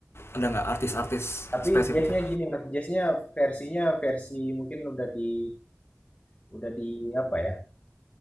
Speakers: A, on the left (about 60°); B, on the left (about 30°).
A: ada nggak artis-artis
B: Tapi
A: spesifiknya
B: jazznya gini Mas, jazznya versinya versi mungkin udah di udah di apa ya?